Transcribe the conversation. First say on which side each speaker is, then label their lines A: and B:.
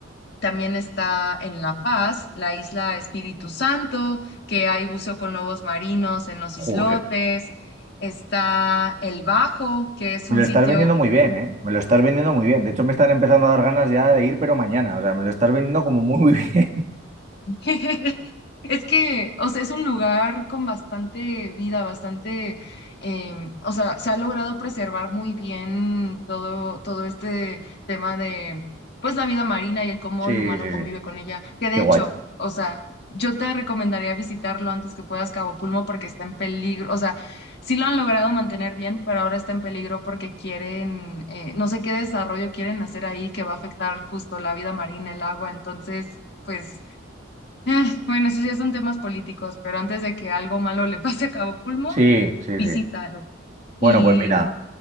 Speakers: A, on the left; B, on the right.
A: también está en La Paz, la isla Espíritu Santo, que hay buceo con lobos marinos en los
B: Joder.
A: islotes. Está El Bajo, que es
B: Me
A: un
B: lo
A: sitio
B: estás vendiendo muy bien, ¿eh? Me lo estás vendiendo muy bien. De hecho, me están empezando a dar ganas ya de ir, pero mañana. O sea, me lo estás vendiendo como muy, muy bien. <laughs>
A: <laughs> Es que, o sea, es un lugar con bastante vida, bastante, em, o sea, se ha logrado preservar muy bien todo, todo este tema de, pues, la vida marina y el cómo
B: Sí,
A: el humano
B: sí,
A: convive
B: sí.
A: con ella. Que de
B: Qué guay.
A: hecho, o sea, yo te recomendaría visitarlo antes que puedas Cabo Pulmo porque está en peligro, o sea, sí lo han logrado mantener bien, pero ahora está en peligro porque quieren, eh, no sé qué desarrollo quieren hacer ahí que va a afectar justo la vida marina, el agua, entonces, pues eh, bueno, esos ya son temas políticos, pero antes de que algo malo le <laughs> pase a Cabo Pulmo,
B: Sí, sí,
A: visítalo.
B: sí.
A: Y
B: Bueno, pues mira.